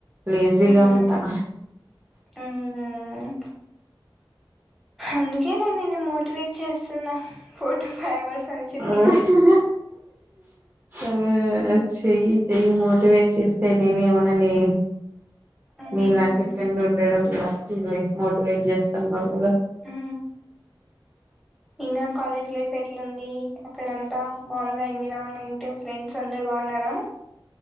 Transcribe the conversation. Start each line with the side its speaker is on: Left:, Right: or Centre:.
Right: లేజీగా
Centre: మ్మ్
Right: ఉంటా
Centre: మ్మ్ అందుకే నేను ని మోటివేట్ చేస్తున్నా ఫోర్ ఫైవ్ అవర్స్ అని చెప్పి
Right: అ <unintelligible> అ
Centre: మ్మ్
Right: చెయి చెయి మోటివే చేస్తే నేనేమన్నానే
Centre: మ్మ్
Right: మీ ఇలాంటి ఫ్రెండ్ ఉండడం నచ్చిందిలే మోటివేట్ జేస్తున్నారు గదా
Centre: ఊ ఇంగా కాలేజ్ లైఫ్ ఎట్లుంది అక్కడ అంతా బావుందా ఎన్విరాన్మెంటు ఫ్రెండ్స్ అందరు బావున్నారా